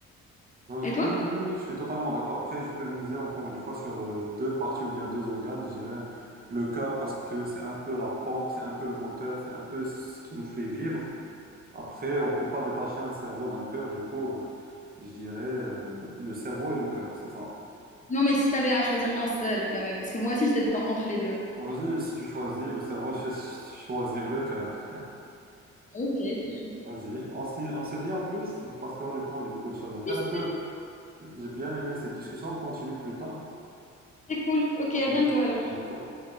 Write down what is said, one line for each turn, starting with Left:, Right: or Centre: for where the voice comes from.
Right: Euh,
Left: Et toi?
Right: oui, oui, oui, je suis totalement d'accord. Après, je peux miser encore une fois sur euh, deux parties ou bien deux organes. Je dirais le cœur parce que c'est un peu la pompe, c'est un peu le moteur, c'est un peu ce qui nous fait vivre. Après, on peut pas détacher un cerveau d'un cœur. Du coup, euh, je dirais euh, le cerveau et le cœur, c'est ça.
Left: Non, mais si tu avais à choisir un seul, quand même. Parce que moi aussi, j'étais dans- entre les deux.
Right: Vas-y, si tu choisis le cerveau, <laughs> je vais choisir le cœur.
Left: Ok. Oui,
Right: Vas-y, on, s'y- on se dit en plus parce qu'honnêtement, j'ai beaucoup de choses à faire.
Left: C'est
Right: On peut, j'ai bien aimé cette discussion. On continue plus tard.
Left: c'est cool. Ok,
Right: Vas-y,
Left: à bientôt alors.
Right: à bientôt.